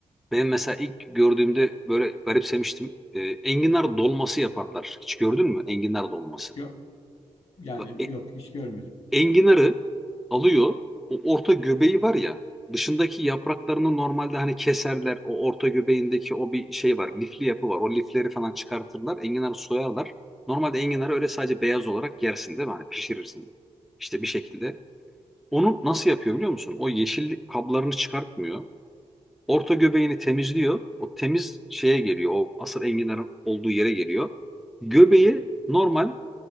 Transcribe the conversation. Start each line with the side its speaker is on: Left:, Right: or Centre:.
Centre: Ben mesela ilk gördüğümde böyle garipsemiştim. Ee, enginar dolması yaparlar. Hiç gördün mü enginar dolması?
Left: Yok, yani
Centre: Bak, e-
Left: yok hiç görmedim.
Centre: enginarı alıyor. O orta göbeği var ya. Dışındaki yapraklarını normalde hani keserler. O orta göbeğindeki o bir şey var. Lifli yapı var. O lifleri falan çıkartırlar. Enginarı soyarlar. Normalde enginarı öyle sadece beyaz olarak yersin değil mi? Hani pişirirsin. İşte bir şekilde. Onu nasıl yapıyor biliyor musun? O yeşil kablarını çıkartmıyor. Orta göbeğini temizliyor. O temiz şeye geliyor. O asıl enginarın olduğu yere geliyor. Göbeği normal